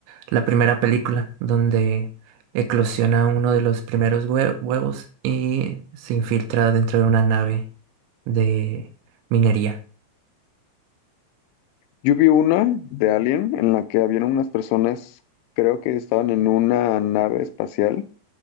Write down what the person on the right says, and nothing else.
la primera película, donde eclosiona uno de los primeros hue- huevos y se infiltra dentro de una nave de minería.